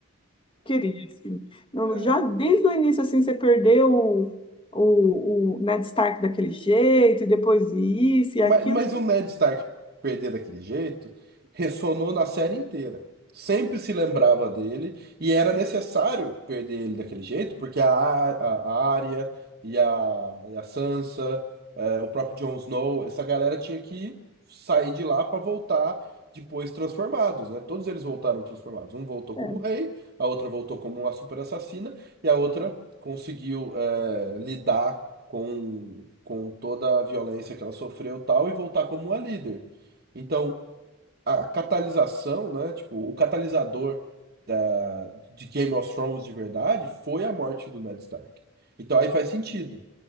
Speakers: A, on the left; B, on the right.
A: Queria, assim. Eu
B: É,
A: já desde o início, assim, você perdeu o, o, o Ned Stark daquele jeito, e depois isso e aquilo.
B: Mas, mas
A: Tipo,
B: o Ned Stark perder daquele jeito ressonou na série inteira. Sempre se lembrava dele e era necessário perder ele daquele jeito, porque a, Ar- a, a Arya e a, e a Sansa, eh, o próprio Jon Snow, essa galera tinha que sair de lá para voltar depois transformados, né? Todos eles voltaram transformados. Um voltou como
A: é,
B: rei, a outra voltou como uma super assassina e a outra conseguiu, eh, lidar com, com toda a violência que ela sofreu e tal, e voltar como uma líder. Então, a catalisação, né? Tipo, o catalisador da, de Game of Thrones de verdade foi a morte do Ned Stark. Então aí faz sentido.